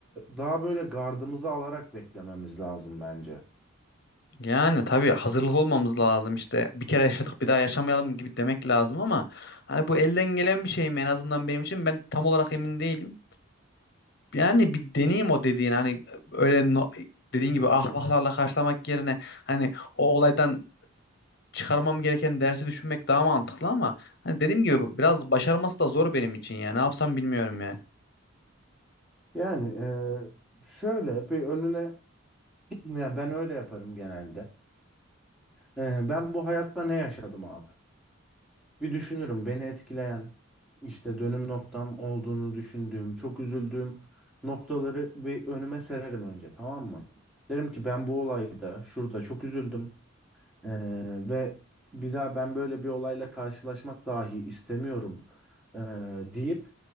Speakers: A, in the centre; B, on the left (about 50°).
A: daha böyle gardımızı alarak beklememiz lazım bence.
B: Yani tabii hazırlık olmamız lazım işte. Bir kere yaşadık bir daha yaşamayalım gibi demek lazım ama hani bu elden gelen bir şey mi en azından benim için ben tam olarak emin değilim. Yani bir deneyim o dediğin hani öyle no- dediğin gibi ahbaplarla karşılamak yerine hani o olaydan çıkarmam gereken dersi düşünmek daha mantıklı ama hani dediğim gibi biraz başarması da zor benim için yani ne yapsam bilmiyorum yani.
A: Yani e, şöyle bir önüne <clears throat> yani ben öyle yaparım genelde. Ee, ben bu hayatta ne yaşadım abi? Bir düşünürüm beni etkileyen işte dönüm noktam olduğunu düşündüğüm, çok üzüldüğüm noktaları bir önüme sererim önce tamam mı? Derim ki ben bu olayda şurada çok üzüldüm. Ee, ve bir daha ben böyle bir olayla karşılaşmak dahi istemiyorum ee, deyip